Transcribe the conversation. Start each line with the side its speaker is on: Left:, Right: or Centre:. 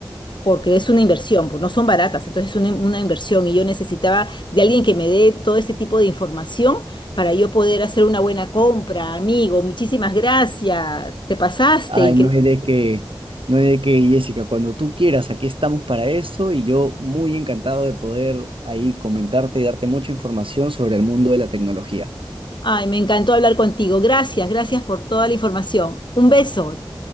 Left: porque es una inversión, pues no son baratas, entonces es una, una inversión y yo necesitaba de alguien que me dé todo ese tipo de información para yo poder hacer una buena compra, amigo, muchísimas gracias, te pasaste,
Right: Ay,
Left: increíble.
Right: no hay de qué, no hay de qué, Jessica. Cuando tú quieras, aquí estamos para eso y yo muy encantado de poder ahí comentarte y darte mucha información sobre el mundo de la tecnología.
Left: Ay, me encantó hablar contigo, gracias, gracias por toda la información. Un beso,